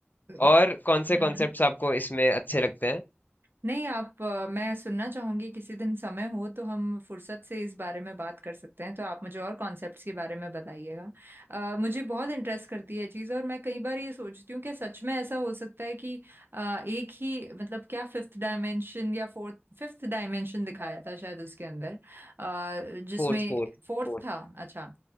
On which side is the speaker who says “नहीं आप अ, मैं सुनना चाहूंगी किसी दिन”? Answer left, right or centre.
Right